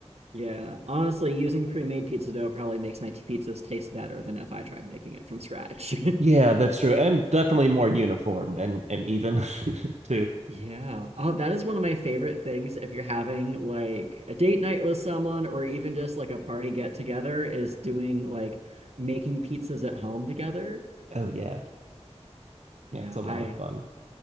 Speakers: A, on the right (about 70°); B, on the right (about 85°).
A: Yeah, honestly, using pre-made pizza dough probably makes my t- pizzas taste better than if I tried making it from scratch. <laughs>
B: Yeah, that's true. And definitely more uniform and and even <laughs> too.
A: Yeah. Oh, that is one of my favorite things if you're having like a date night with someone or even just like a party get together is doing like making pizzas at home together.
B: Oh yeah.
A: Yeah,
B: Yeah, it's a lot
A: I
B: of fun.